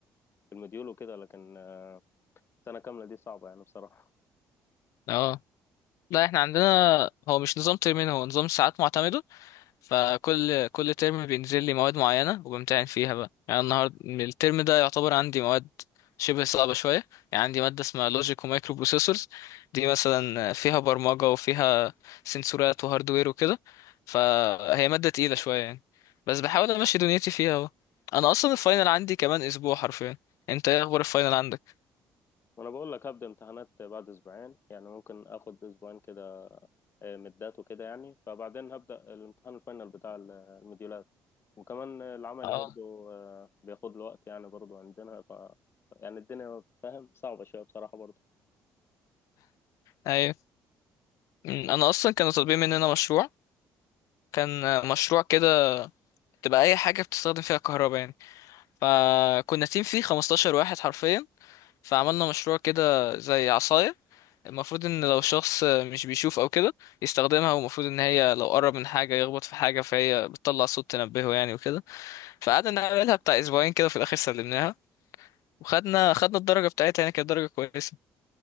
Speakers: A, on the left; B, on the left.
A: المديول وكده لكن السنة كاملة دي صعبة يعني بصراحة
B: اه لا احنا عندنا هو مش نظام ترمين هو نظام ساعات معتمده فكل كل ترم بينزل لي مواد معينة وبمتحن فيها بقى يعني النهارده الترم ده يعتبر عندي مواد شبه صعبة شوية يعني عندي مادة اسمها لوجيك ومايكرو بروسيسورز دي مثلا فيها برمجة وفيها سنسورات وهاردوير وكده فهي مادة تقيلة شوية يعني بس بحاول امشي دنيتي فيها اهو انا اصلا الفاينل عندي كمان اسبوع حرفيا انت ايه اخبار الفاينل عندك
A: وانا بقول لك هبدا امتحانات بعد اسبوعين يعني ممكن اخد اسبوعين كده آه، مدات وكده يعني فبعدين هبدا الامتحان الفاينل بتاع ال- الموديولات وكمان آه، العملي
B: اه
A: برضو آه، بياخد له وقت يعني برضو عندنا ف يعني الدنيا فاهم صعبه شويه بصراحه برضو
B: ايوه أمم،
A: بس
B: انا اصلا كانوا طالبين مننا مشروع كان مشروع كده تبقى اي حاجة بتستخدم فيها كهرباء يعني فكنا تيم فيه 15 واحد حرفيا فعملنا مشروع كده زي عصاية المفروض ان لو شخص مش بيشوف او كده يستخدمها والمفروض ان هي لو قرب من حاجة يخبط في حاجة فهي بتطلع صوت تنبهه يعني وكده فقعدنا نعملها بتاع اسبوعين كده في الاخر سلمناها وخدنا خدنا الدرجة بتاعتها يعني كانت درجة كويسة